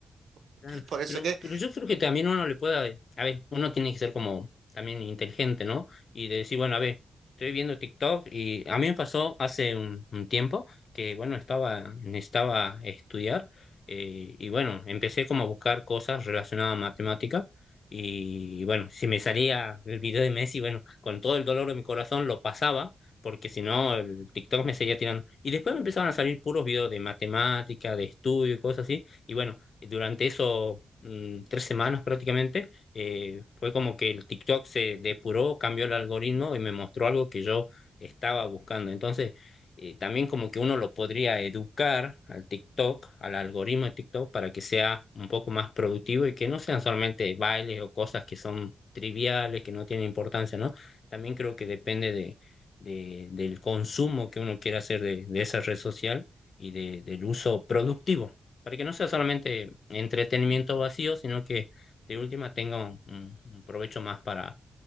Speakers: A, on the right; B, on the left.
A: <laughs>
B: Claro,
A: Por eso
B: pero,
A: es que
B: pero yo creo que también uno le pueda, a ver, uno tiene que ser como también inteligente, ¿no? Y de decir, bueno, a ver, estoy viendo TikTok y a mí me pasó hace un, un tiempo que, bueno, estaba, necesitaba estudiar eh, y bueno, empecé como a buscar cosas relacionadas a matemática y, bueno, si me salía el video de Messi, bueno, con todo el dolor de mi corazón lo pasaba. porque si no, el TikTok me seguía tirando. Y después me empezaron a salir puros videos de matemática, de estudio y cosas así. Y bueno, durante esos mm, tres semanas prácticamente, eh, fue como que el TikTok se depuró, cambió el algoritmo y me mostró algo que yo estaba buscando. Entonces, eh, también como que uno lo podría educar al TikTok, al algoritmo de TikTok, para que sea un poco más productivo y que no sean solamente bailes o cosas que son triviales, que no tienen importancia, ¿no? También creo que depende de, de- del consumo que uno quiera hacer de, de esa red social y de- del uso productivo para que no sea solamente entretenimiento vacío, sino que de última tenga un, un- un provecho más para,